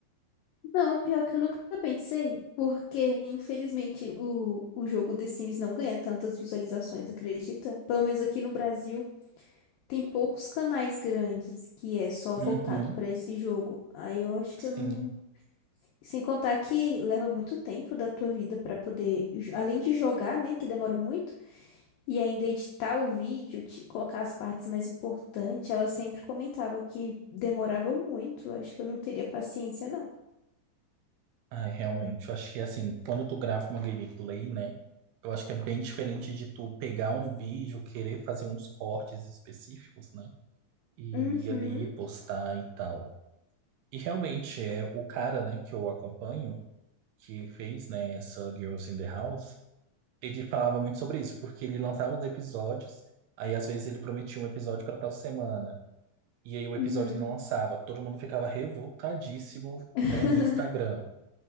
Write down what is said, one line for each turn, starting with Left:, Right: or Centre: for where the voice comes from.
Left: Não, pior que eu nunca pensei, porque infelizmente o, o jogo The Sims não ganha tantas visualizações, acredita? Pelo menos aqui no Brasil tem poucos canais grandes que é só
Right: Uhum,
Left: voltado pra esse jogo. Aí eu acho que
Right: sim.
Left: eu não, sem contar que leva muito tempo da tua vida pra poder, jo- além de jogar, né, que demora muito E ainda editar o vídeo, de colocar as partes mais importantes, ela sempre comentava que demorava muito. Acho que eu não teria paciência, não.
Right: Ai, realmente. Eu acho que assim, quando tu grava uma gameplay, né? Eu acho que é bem diferente de tu pegar um vídeo, querer fazer uns cortes específicos, né? E
Left: Uhum,
Right: ir ali postar e tal. E realmente, é o cara, né, que eu acompanho, que fez, né, essa Girls in the House. Ele falava muito sobre isso, porque ele lançava os episódios, aí às vezes ele prometia um episódio para tal semana, e aí o episódio
Left: uhum,
Right: não lançava. Todo mundo ficava revoltadíssimo,
Left: <laughs>
Right: né, no Instagram.